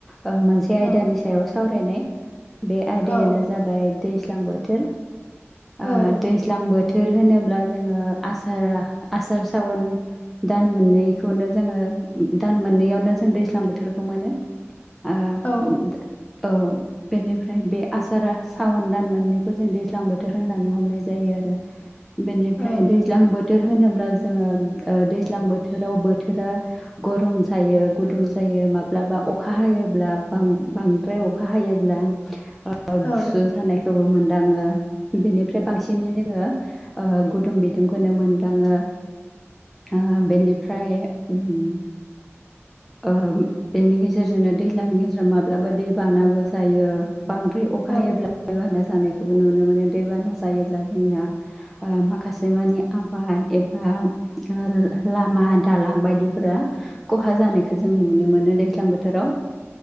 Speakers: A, in the centre; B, on the left.
A: ओ मोनसे आयदानि
B: औ
A: सायाव सावरायनाय बे आयदायानो
B: औ
A: जाबाय दैज्लां बोथोर
B: औ
A: ओ दैज्लां बोथोर थोर होनोब्ला जोङो आसारा आसार सावन दान मोननै बेखौनो जोङो दान मोननै यावनो जों दैज्लां बोथोरखौ मोनो। ओ
B: औ
A: <inaudible> औ बेनिफ्राय बे आसारा सावन दान मोननैखौ जों दैज्लां बोथोर होननानै हमनाय जायो आरो। बेनिफ्राय
B: औ
A: दैज्लां बोथोर होनोब्ला जोङो ओ दैज्लां बोथोराव बो बोथोरा गरम जायो गुदुं जायो माब्लाबा अखा हायोब्ला बां बांद्राय अखा हायोब्ला ओ
B: औ
A: गुसु जानायखौबो मोनदाङो बेनिफ्राय बांसिनै जोङो ओ गुदुं बिदुं खौनो मोनदाङो ओ बेनिफ्राय उम। ओ बेनि गेजेर जोंनो दैज्लांनि गेजेराव माब्लाबा दै बानाबो जायो। बांद्राय अखा
B: औ
A: हायोब्ला दैबाना जानायखौ खौबो नुनो मोनो दैबाना जायोब्ला जोंनिया ओ माखासे मानि आबाद एबा आ लामा दालां बायदि फोरा खहा जानाय खौ जों नुनो मोनो दैज्लां बोथोराव।